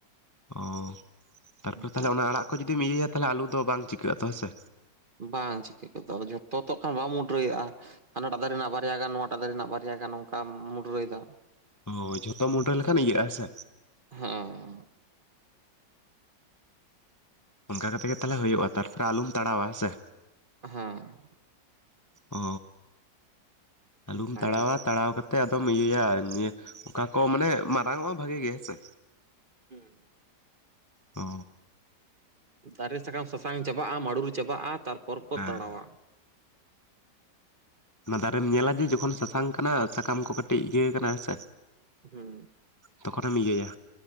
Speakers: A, on the left; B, on the right.
A: ᱚᱻ
B: ᱵᱩᱡᱷᱟᱹᱜᱼᱟ
A: ᱛᱟᱨᱯᱚᱨ ᱛᱟᱦᱞᱮ ᱚᱱᱟ ᱟᱲᱟᱜ ᱠᱚ ᱡᱩᱫᱤᱢ ᱤᱭᱟᱹᱭᱟ ᱛᱟᱦᱞᱮ ᱟᱞᱩ ᱫᱚ ᱵᱟᱝ ᱪᱤᱠᱟᱹᱜ-ᱟ ᱛᱚ ᱦᱮᱸ ᱥᱮ?
B: ᱵᱟᱝ ᱪᱤᱠᱟᱹ ᱜᱚᱫᱚᱜ-ᱟ, ᱟᱫᱚ ᱡᱷᱚᱛᱛᱚ ᱛᱚ ᱠᱷᱟᱱ ᱵᱟᱢ ᱢᱩᱰᱨᱟᱹᱭᱟᱜ-ᱟ, ᱦᱟᱱᱟ ᱴᱟᱜ ᱫᱟᱨᱮ ᱨᱮᱱᱟᱜ ᱵᱟᱨ ᱵᱟᱨᱭᱟ ᱜᱟᱱ ᱱᱚᱣᱟ ᱴᱟ ᱫᱟᱨᱮ ᱨᱮᱱᱟᱜ ᱵᱟᱨᱭᱟ ᱜᱟᱱ ᱚᱱᱠᱟ ᱢᱩᱰᱨᱟᱹᱭᱫᱟ᱾
A: ᱦᱳᱭ, ᱡᱷᱚᱛᱚ ᱢᱩᱰᱨᱟᱹ ᱞᱮᱠᱷᱟᱱ ᱤᱭᱟᱹᱜ ᱦᱮᱸ ᱥᱮ᱾
B: ᱦᱩᱸ᱾
A: ᱚᱱᱠᱟ ᱠᱟᱛᱮᱜ ᱜᱮ ᱛᱟᱞᱦᱮ ᱦᱩᱭᱩᱜ-ᱟ ᱛᱟᱨᱯᱚᱨᱮ ᱟᱞᱩᱢ ᱛᱟᱲᱟᱣᱟ ᱦᱮᱸ ᱥᱮ᱾
B: ᱦᱮᱸ᱾
A: ᱚ,
B: ᱚᱱᱠᱟᱭ
A: ᱟᱞᱩᱢ ᱛᱟᱲᱟᱣᱟ᱾ ᱛᱟᱲᱟᱣ ᱠᱟᱛᱮᱫ ᱟᱫᱚᱢ ᱤᱭᱟᱹᱭᱟ ᱧᱮ ᱚᱠᱟ ᱠᱚ ᱢᱟᱱᱮ ᱢᱟᱨᱟᱝᱚᱜ-ᱟ ᱵᱷᱟᱜᱤ ᱜᱮ ᱦᱮᱸ ᱥᱮ᱾
B: ᱦᱩᱸ᱾
A: ᱚ᱾
B: ᱫᱟᱨᱮ ᱥᱟᱠᱟᱢ ᱥᱟᱥᱟᱝ ᱪᱟᱵᱟᱜ-ᱟ, ᱢᱟᱹᱨᱩᱲ ᱪᱟᱵᱟᱜ-ᱟ ᱛᱟᱨᱯᱚᱨ ᱠᱚ
A: ᱦᱮᱸ
B: ᱛᱟᱲᱟᱣᱟ᱾
A: ᱚᱱᱟ ᱫᱟᱨᱮᱢ ᱧᱮᱞᱟ ᱡᱮ ᱡᱚᱠᱷᱚᱱ ᱥᱟᱥᱟᱝ ᱠᱟᱱᱟ, ᱥᱟᱠᱟᱢ ᱠᱚ ᱠᱟᱹᱴᱤᱡ ᱤᱭᱟᱹ ᱠᱟᱱᱟ ᱦᱮᱸ ᱥᱮ᱾
B: ᱦᱩᱸ᱾
A: ᱡᱚᱠᱷᱚᱱᱮᱢ ᱤᱭᱟᱹᱭᱟ᱾